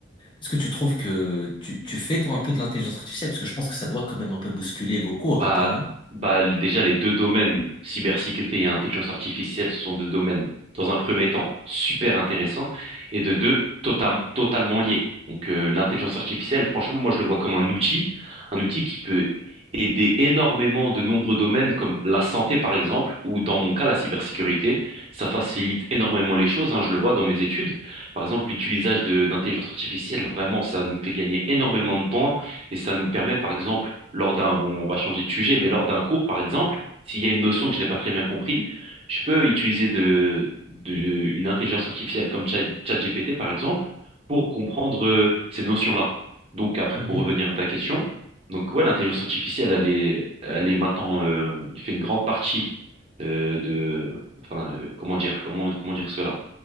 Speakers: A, on the left; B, on the right.
A: est-ce que tu trouves que tu, tu fais, toi, un peu de l'intelligence artificielle? Parce que je pense que ça doit quand même un peu bousculer vos cours,
B: Bah,
A: un peu, non?
B: bah, l- déjà, les deux domaines, cybersécurité et intelligence artificielle, ce sont deux domaines, dans un premier temps, super intéressants, et de deux, totam- totalement liés. Donc, euh, l'intelligence artificielle, franchement, moi, je le vois comme un outil, un outil qui peut aider énormément de nombreux domaines, comme la santé, par exemple, ou dans mon cas, la cybersécurité. Ça facilite énormément les choses, hein, je le vois dans mes études. Par exemple, l'utilisation de d'intelligence artificielle, vraiment, ça nous fait gagner énormément de temps, et ça nous permet, par exemple, lors d'un, bon, on va changer de sujet, mais lors d'un cours, par exemple, s'il y a une notion que je n'ai pas très bien compris, je peux utiliser de, de- une intelligence artificielle comme Chat- ChatGPT, par exemple, pour comprendre euh, ces notions-là. Donc après,
A: Mhm.
B: pour revenir à ta question, donc ouais, l'intelligence artificielle, elle est, elle est maintenant, euh, fait une grande partie euh, de, enfin, euh, comment dire, comment, comment dire cela?